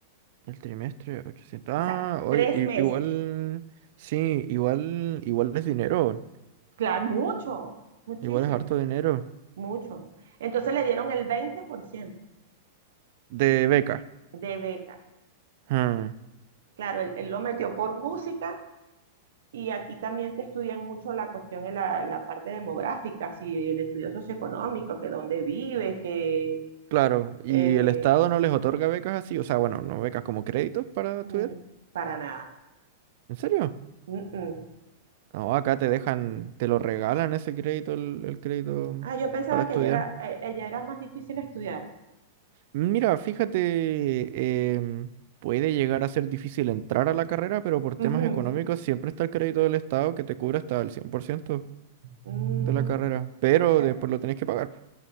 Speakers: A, on the right; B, on the right.
A: El trimestre, ochocientos
B: o
A: Ah,
B: sea,
A: oye,
B: tres
A: i-
B: meses.
A: igual, sí, igual, igual es dinero,
B: Claro, mucho, muchísimo,
A: igual es harto dinero
B: mucho. Entonces le dieron el 20%
A: de becas.
B: de beca.
A: Ah,
B: Claro, él, él lo metió por música y aquí también te estudian mucho la cuestión de la, la parte demográfica, si el estudio socioeconómico, que dónde vives, que
A: claro, y
B: eh,
A: el Estado no les otorga becas así, o sea, bueno, no becas como créditos para estudiar.
B: mm, para nada.
A: ¿En serio?
B: Mm, mm.
A: No, acá te dejan, te lo regalan ese crédito, el, el crédito
B: Ah, yo pensaba
A: para estudiar.
B: que allá era, eh, allá era más difícil estudiar.
A: Mira, fíjate, em, puede llegar a ser difícil entrar a la carrera, pero por
B: Ujú.
A: temas económicos siempre está el crédito del Estado que te cubre hasta el 100%
B: Mm,
A: de la carrera, pero
B: ya-
A: después lo tenés que pagar.